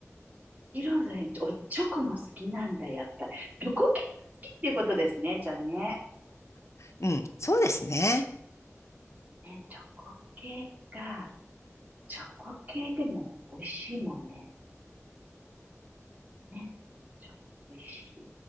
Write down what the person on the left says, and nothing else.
うん、そうですね。